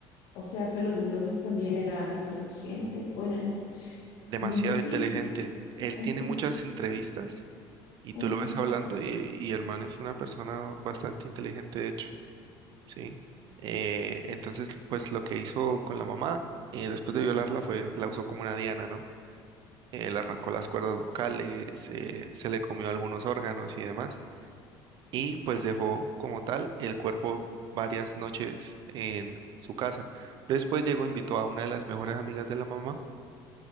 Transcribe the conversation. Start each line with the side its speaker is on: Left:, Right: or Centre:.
Left: o sea, pero entonces también era inteligente. Bueno,
Right: Demasiado
Left: no sé si
Right: inteligente. Él
Left: eso.
Right: tiene muchas entrevistas y
Left: Ujú,
Right: tú lo ves hablando y, y el man es una persona bastante inteligente, de hecho, ¿sí? Eh, entonces, pues lo que hizo con la mamá, eh, después de violarla, fue, la usó como una diana, ¿no? Eh, le arrancó las cuerdas vocales, eh, se le comió algunos órganos y demás y pues dejó como tal el cuerpo varias noches en su casa. Después llegó, invitó a una de las mejores amigas de la mamá.